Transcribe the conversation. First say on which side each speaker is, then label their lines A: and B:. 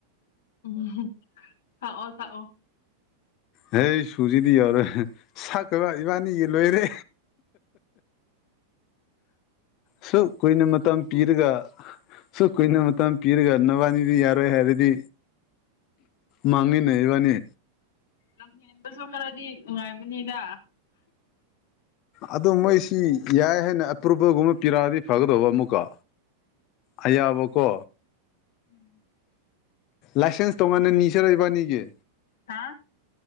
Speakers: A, on the left; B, on the left.
A: ꯎꯝ ꯁꯥꯛꯑꯣ ꯁꯥꯥꯛꯑꯣ
B: ꯍꯖ ꯍꯨꯖꯤꯗꯤ ꯌꯥꯔꯣꯏ ꯁꯛꯇꯕ ꯏꯕꯥꯅꯤꯒꯤ ꯂꯣꯏꯔꯦ ꯁꯨ ꯀꯨꯏꯅ ꯃꯇꯝ ꯄꯤꯔꯒ ꯁꯨꯛ ꯀꯨꯏꯅ ꯃꯇꯝ ꯄꯤꯔꯒ ꯅꯕꯥꯅꯤꯗꯤ ꯌꯥꯔꯣꯏ ꯍꯥꯏꯔꯗꯤ ꯃꯅꯤꯅꯦ ꯏꯕꯥꯅꯤ
A: ꯂꯝ ꯍꯦꯟꯕꯁꯨ ꯈꯔꯗꯤ ꯅꯨꯡꯉꯥꯏꯕꯅꯤꯗ
B: ꯑꯣ ꯃꯣꯏꯁꯤ ꯌꯥꯏ ꯍꯥꯏꯅ ꯑꯦꯄ꯭ꯔꯨꯕꯜꯒꯨꯝꯕ ꯄꯤꯔꯛꯑꯗꯤ ꯐꯒꯗꯧꯕ ꯑꯃꯨꯛꯀꯣ ꯑꯌꯥꯕꯀꯣ
A: ꯎꯝ
B: ꯂꯥꯏꯁꯦꯟꯁ ꯇꯣ ꯅ ꯅꯤꯡꯁꯔ ꯂꯩꯕ ꯅꯒꯤ
A: ꯀꯥ